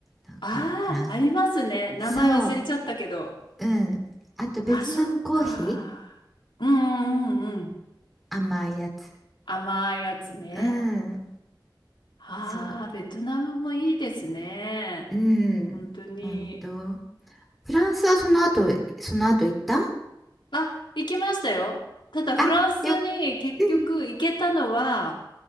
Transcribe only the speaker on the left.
ああ、ありますね。名前忘れちゃったけど。
あ、そっか。うんうんうんうん。
甘いやつね。
ああ、
ベトナムもいいですね。
本当に。
あ、行きましたよ。ただフランスに結局行けたのは